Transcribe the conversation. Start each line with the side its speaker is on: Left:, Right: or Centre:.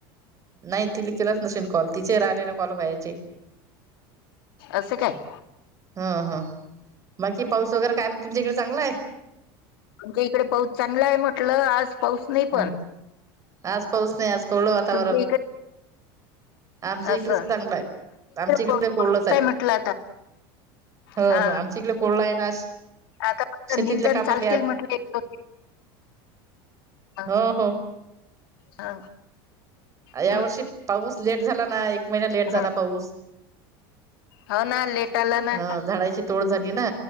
Right: नाही तिने केलाच नसेन कॉल तिचे राहिले ना कॉल व्हायचे
Left: असं, काय?
Right: हा, हा, बाकी पाऊस वगैरे काय म्हण तुमच्या इकडे चांगला आहे
Left: तुमच्या इकडे पाऊस चांगला आहे म्हटलं, आज पाऊस नाही पण
Right: अ आज पाऊस नाही आज कवळ वातावरण
Left: तुमच्या इकडे
Right: आमच्या
Left: असं
Right: इकडेच चांगलं आहे आमच्या इकडे
Left: पाऊस
Right: कोवळच हाय
Left: आहे म्हटलं आता
Right: हो,
Left: हा
Right: हो, आमच इकडे कोवळ आहे ना आज
Left: आता फक्त
Right: शेतीतले
Left: निंदन
Right: कामच
Left: चालतील
Right: आज
Left: म्हटलं एक दोन हा,
Right: हो हो
Left: हा
Right: या
Left: हम्म,
Right: वर्षी पाऊस लेट झाला ना, एक महिना लेट झाला
Left: हो.
Right: पाऊस.
Left: हो, ना, लेट आला ना
Right: ह झाडाची तोड झाली ना